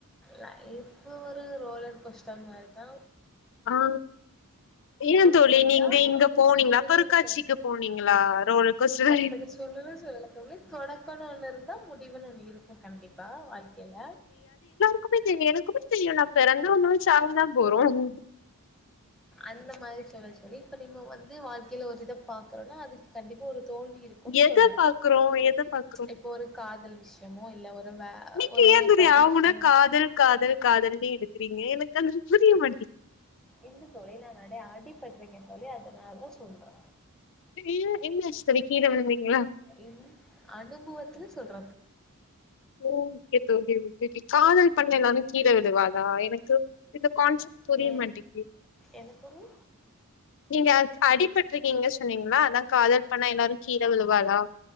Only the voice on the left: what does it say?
ஆ ஏன் தோழி
நீங்க இங்க போனிங்ளா
பொருகட்காட்சிக்கு
போனீங்களா ரோலர் கோஸ்ட்ல
க்குமே தெரியு எனக்குமே தெரியு எல்லா பெறந்தவங்களா சாவதா போறோம்
எத
பாக்குறோ எத பாக்குறோ
நீங்க
ஏ தோழி
ஆ உனா காதல் காதல் காதல்னே எடுக்கு றீங்க எனக்கு அது புரிய மாட்டி
ஏ என்னச்சி தோழி கீழ விழுந்திங்கங்களா
ஓ கேக்குது கேக்குது இப்டி காதல் பண்ண எல்லாமே கீழ விலுவாதா எனக் கு இந்த கான்செப்ட் புரிய
மாட்டேக்கி
நீங்க அக் அடிபட் இருக்கீங்க சொன்னீங்களா அதா காதல் பண்ண எல்லாரு கீழ விழு வதா